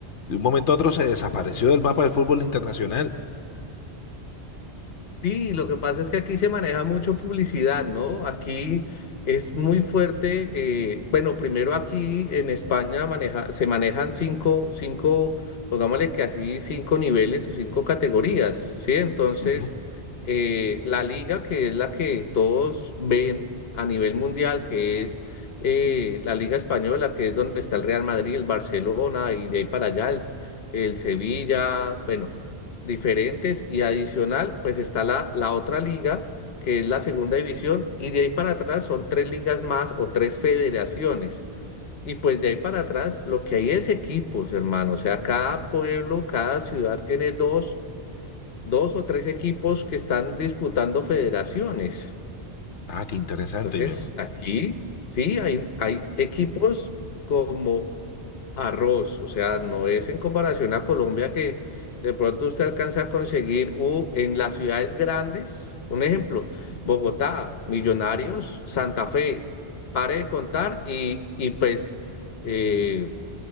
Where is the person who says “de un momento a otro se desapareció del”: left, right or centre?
Left